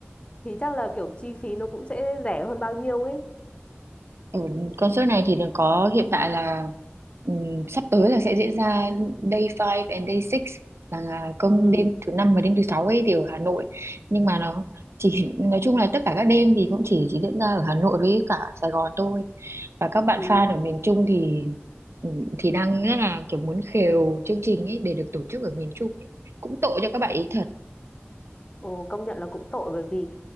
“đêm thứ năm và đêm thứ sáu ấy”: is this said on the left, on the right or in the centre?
Right